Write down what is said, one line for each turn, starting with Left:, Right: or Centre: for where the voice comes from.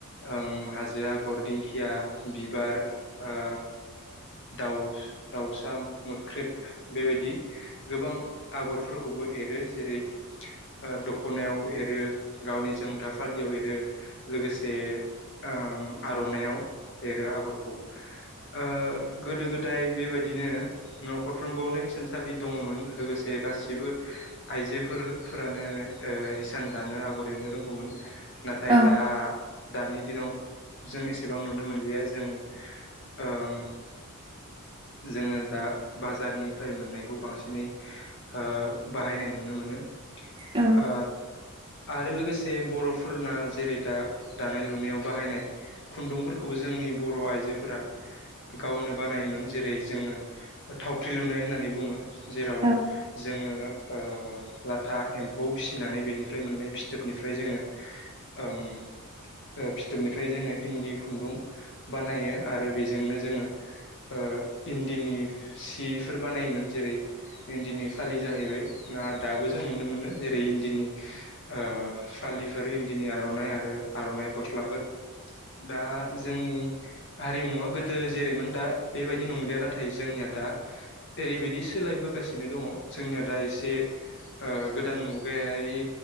Left: ओम हाजो आगर दिंखिया बिबार ओ दाउस-दाउसा मोख्रेब बे बायदि गोबां आगरफोरखौबो एरो जेरै ओ दख'नायाव एरो, गावनि जोमग्रा फालियाव एरो ‌। लोगोसे ओम आर'नायाव एरो आगरखौ। ओ गोदो गोदाय बेबायदिनो। न'खरफ्रोमबावनो हिसानसालि दङमोन लोगोसे गासिबो आइजोफोर-फोरानो ओ हिसान दानो आगर एरनो रोंगौमोन ना
Right: औ
Left: दा दानि दिनाव जों एसेबां नुनो मोनलिया जोङो। ओम जोङो दा बाजारनिफ्राय मोननायखौ बांसिनै हो बाहायनाय नुनो मोनो ‌।
Right: औ ‌।
Left: ओ आरो लोगोसे बर'फोरना जे हे दा दानाय लुनायाव बाहायनाय खुन्दुंफोरखौबो जोंनि बर' आइजोफोरा गावनो बानायोमोन जेरै जोङो थावख्रि लुनाय होननानै बुङो। जेराव
Right: औ
Left: जोङो ओ लाथा एम्फौ फिसिनानै बेनिफ्राय मोननाय फिथोबनिफ्राय जोङो ओम ओ फिथोबनिफ्राय जोङो इन्दि खुन्दुं बानायो आरो बिजोंनो जोङो ओ इन्दिनि सिफोर बानायोमोन जेरै इन्दिनि फालि जाहैबाय ना दाबो जों नुनो मोनो जेरै इन्दिनि ओ फालिफोर इन दिनि आर'नाइ आरो आर'नाइ गस्लाफोर दा जोंनि हारिमुवा गोदो जेरैमोन दा बेबायदि नंलिया नाथाय जोंनिया दा जेरैबायदि सोलायबोगासिनो दङ जोंनिया दा एसे ओ गोदान मुगायारि